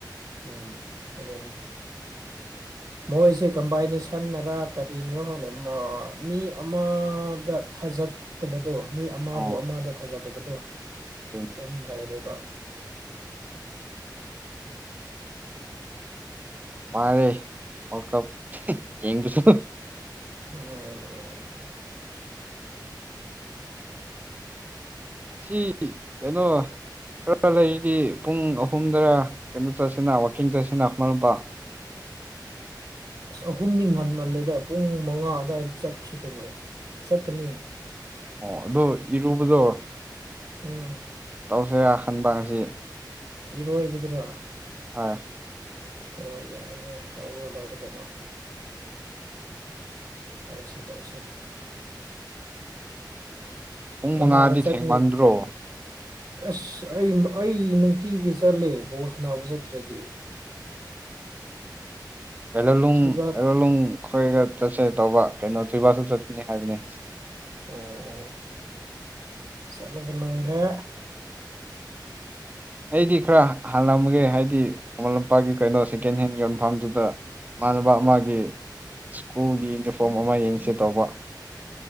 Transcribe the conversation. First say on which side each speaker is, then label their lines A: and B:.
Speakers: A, on the right; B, on the right.
A: ꯎꯝ ꯑꯗꯨꯅꯤ ꯃꯣꯏꯁꯦ ꯀꯝꯕꯥꯏꯟꯁꯟꯅꯔꯥ ꯀꯔꯤꯅꯣ ꯈꯪꯅ ꯃꯤ ꯑꯃꯗ ꯊꯥꯖꯗꯕꯗꯣ ꯃꯤ ꯑꯃꯕꯨ
B: ꯑꯥ
A: ꯑꯃꯗ ꯊꯥꯖꯗꯕꯗꯣ ꯑꯗꯨꯝ
B: ꯑꯗꯨꯅꯤ
A: ꯂꯩꯔꯦꯕ <unintelligible>
B: ꯄꯥꯏꯔꯦ ꯋꯥꯔ ꯀꯞ ꯌꯦꯡꯕꯤꯁꯨ
A: ꯅꯨꯡꯉꯥꯏ ꯅꯨꯡꯉꯥꯏ ꯅꯨꯡꯉꯥꯏ
B: ꯁꯤ ꯀꯩꯅꯣ ꯈꯔ ꯂꯩꯔꯤꯗꯤ ꯄꯨꯡ ꯑꯍꯨꯝꯗꯔ ꯀꯩꯅꯣ ꯆꯠꯁꯤꯅ ꯋꯀꯤꯡ ꯆꯠꯁꯤꯅ ꯍꯣꯠꯨꯄꯥ
A: ꯑꯁ ꯑꯍꯨꯝꯗꯤ ꯉꯟꯃꯜꯂꯦꯗ ꯄꯨꯡ ꯃꯉꯥ ꯑꯗꯨꯋꯥꯏꯗ ꯆꯠꯇ꯭ꯔꯤ ꯀꯩꯅꯣ ꯁꯀꯅꯤ
B: ꯑꯣ ꯑꯗꯨꯗꯣ ꯏꯔꯨꯕꯗꯣ
A: ꯑꯥ
B: ꯁꯦ ꯈꯟꯕꯁꯤ
A: ꯏꯔꯣꯏꯒꯗꯔꯥ
B: ꯍꯣꯏ
A: ꯍꯣꯏ ꯌꯥꯏ ꯌꯥꯏ ꯇꯧꯔꯒ ꯂꯣꯏꯔꯦ ꯀꯩꯅꯣ ꯇꯧꯁꯦ ꯇꯧꯁꯦ
B: ꯄꯨꯡ
A: ꯀꯅꯥ
B: ꯃꯉꯥꯗꯤ
A: ꯋꯥꯆꯠꯅꯤ
B: ꯊꯦꯡꯃꯟꯗ꯭ꯔꯣ
A: ꯑꯁ ꯑꯩ ꯑꯩ ꯅꯨꯡꯇꯤꯒꯤ ꯆꯠꯂꯦ ꯕꯣꯁ ꯅꯥꯕ ꯆꯠꯇ꯭ꯔꯗꯤ
B: ꯑꯦꯂ ꯂ
A: ꯊꯣꯏꯕꯥꯠ
B: ꯑꯦꯂ ꯂ ꯑꯩꯈꯣꯏꯒ ꯆꯠꯁꯦ ꯇꯧꯕ ꯀꯩꯅꯣ ꯊ꯭ꯣꯏꯕꯥꯥꯛꯁꯨ ꯆꯠꯈꯤꯅꯤ ꯍꯥꯏꯕꯅꯦ
A: ꯑꯣ ꯑꯣ ꯆꯠꯂꯒ ꯂꯣꯏꯔꯦ
B: ꯑꯩꯗꯤ ꯈꯔ ꯍꯜꯂꯝꯒꯦ ꯍꯥꯏꯗꯤ ꯃꯃꯟ ꯂꯝꯄꯥꯛꯀꯤ ꯀꯩꯅꯣ ꯁꯦꯀꯦꯟ ꯍꯦꯟ ꯌꯣꯟꯐꯝꯥꯗꯨꯗ ꯏꯃꯥꯟꯅꯕ ꯑꯃꯒꯤ ꯁꯀꯨꯜꯒꯤ ꯌꯨꯅꯤꯐꯣꯔꯝ ꯑꯃ ꯌꯦꯡꯁꯤ ꯇꯧꯕ